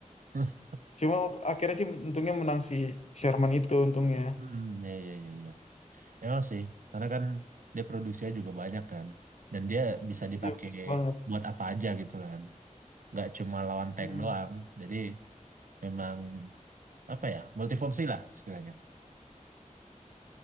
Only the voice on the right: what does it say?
<laughs>
Hmm, ya, ya, ya, ya. Emang sih, karena kan dia produksinya juga banyak kan, dan dia bisa dipakai
buat apa aja gitu kan. Nggak cuma lawan tank
doang, jadi memang apa ya multifungsi lah istilahnya